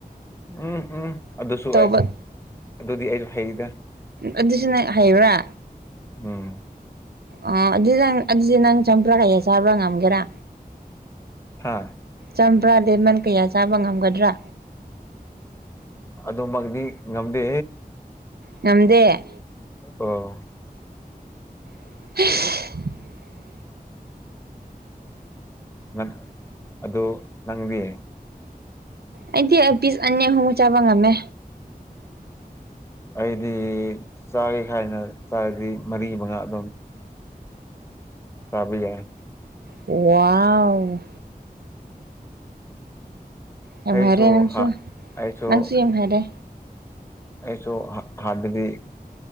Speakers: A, on the left (about 15°); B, on the right (about 80°).
A: ꯎꯝ ꯎꯝ ꯑꯗꯨꯁꯨ
B: ꯇꯧꯕ
A: ꯑꯗꯨꯗꯤ ꯑꯩ ꯍꯩꯗ
B: ꯑꯗꯨꯁꯨ ꯅꯪ ꯍꯥꯏꯕ꯭ꯔꯥ
A: ꯑꯝ
B: ꯑ ꯑꯗꯨ ꯅꯪ ꯑꯗꯨꯗꯤ ꯅꯪ ꯆꯝꯄ꯭ꯔꯥ ꯀꯩꯌꯥ ꯆꯥꯕ꯭ꯔꯥ ꯉꯝꯒꯦꯔꯥ
A: ꯍꯥꯥ
B: ꯆꯝꯕ꯭ꯔꯥ ꯂꯦꯃꯟ ꯀꯌꯥ ꯆꯥꯕ ꯉꯝꯒꯗ꯭ꯔꯥ
A: ꯑꯗꯨꯃꯗꯤ ꯉꯝꯗꯦ
B: ꯅꯝꯗꯦ
A: ꯑꯣ
B: <inaudible> <unintelligible>
A: ꯅꯪ ꯑꯣ ꯅꯪꯗꯤ
B: ꯑꯩꯗꯤ ꯄꯤꯁ ꯑꯅꯤ ꯑꯍꯨꯝ ꯆꯥꯕ ꯉꯝꯃꯦ
A: ꯑꯩꯗꯤ ꯆꯥꯒꯦ ꯍꯥꯏꯥꯏꯅ ꯆꯥꯔꯗꯤ ꯃꯔꯤ ꯃꯉꯥ ꯑꯗꯨꯝ ꯁꯕ ꯌꯥ
B: ꯋꯥꯎ ꯌꯥꯝ
A: ꯑꯩꯁꯨ
B: ꯍꯥꯏꯔꯦ ꯅꯪꯁꯨ
A: ꯍꯥ ꯑꯩꯁꯨ
B: ꯅꯪꯁꯨ ꯌꯥꯝ ꯍꯥꯏꯔꯦ
A: ꯑꯩꯁꯨ ꯍꯥꯗꯕꯤ